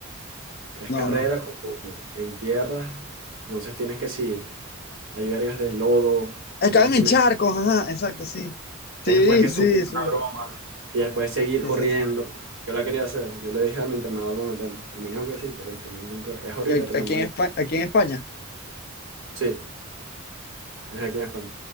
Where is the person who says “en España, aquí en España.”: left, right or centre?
Left